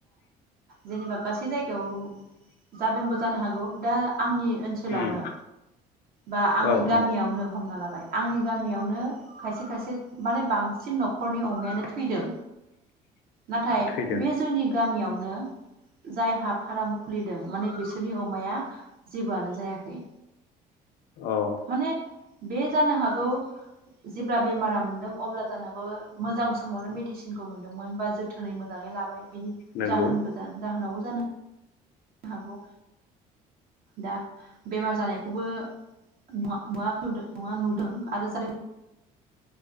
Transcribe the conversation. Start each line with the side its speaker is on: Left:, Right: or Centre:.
Right: जेनेबा गासै जायगायाव जादोंबो जानो हागौ दा आंनि ओनसोलावनो
Left: उम
Right: बा आंनि
Left: औ
Right: गामियावनो
Left: औ
Right: हमना लाबाय आंनि गामियावनो खायसे खायसे माने बांसिन नखर न'खरनि अमायानो थैदों नाथाय
Left: थैदों
Right: बे जोंनि गामियावनो जायहा फार्म खुलिदों माने बिसोरनि अमाया जेबोआनो जायाखै
Left: औ
Right: माने बे जानो हागौ जेब्ला बेमारा मोनदों अब्ला जानो मोजां समावनो मेडिसिनखौ मोनदोंमोन बा जोथोनै मोन मोजाङै लाबाय बिनि
Left: नोंगौ
Right: जाहोनबो जानो जाहोनावबो जानो हागौ दा बेमार जानायखौबो नुवाखै नङा नुदों आरो जादों